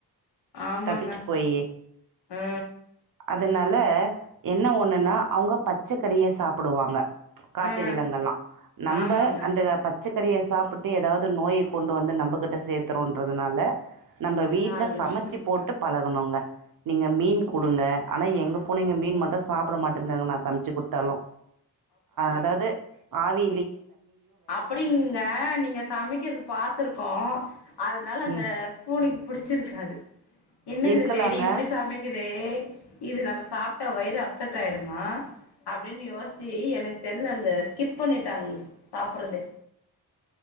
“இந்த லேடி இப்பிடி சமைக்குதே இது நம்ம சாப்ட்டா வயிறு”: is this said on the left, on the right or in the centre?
Left